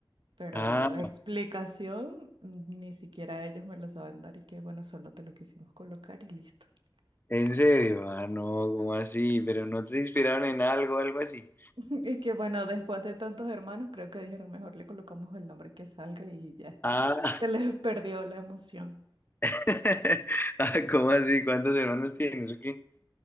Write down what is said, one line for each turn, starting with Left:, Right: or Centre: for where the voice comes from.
Right: Pero
Left: Ah,
Right: explicación, mm, ni siquiera ellos me la saben dar y que bueno, solo te lo quisimos colocar y listo. <laughs>
Left: ¿en serio? Ah, no, ¿cómo así? ¿Pero no te inspiraron en algo, algo así?
Right: Y que bueno, después de tantos hermanos, creo que dijeron mejor le colocamos el nombre que salga y ya está.
Left: Ah,
Right: Se les <laughs> perdió la emoción.
Left: <laughs> ah, ¿cómo así? ¿Cuántos hermanos tienes o qué?